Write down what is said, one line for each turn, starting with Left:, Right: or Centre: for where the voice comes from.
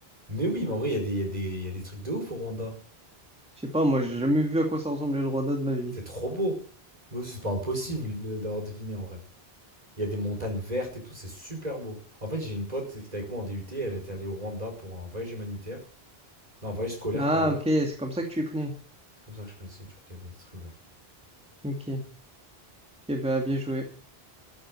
Right: Mais oui, mais en vrai, il y a des, il y a des, il y a des trucs de ouf au Rwanda.
Centre: Je sais pas, moi, j'ai jamais vu à quoi ça ressemblait le Rwanda de ma vie.
Right: C'est trop beau. Mais c'est pas impossible de- d'avoir deviné en vrai. Il y a des montagnes vertes et tout, c'est super beau. En fait, j'ai une pote qui était avec moi en DUT, elle était allée au Rwanda pour un voyage humanitaire. Non, un voyage scolaire,
Centre: Ah,
Right: pardon.
Centre: ok, c'est comme ça que tu connais.
Right: C'est comme ça que je connaissais, du coup, qu'il y avait des trucs verts.
Centre: Ok, ok, bah, bien joué.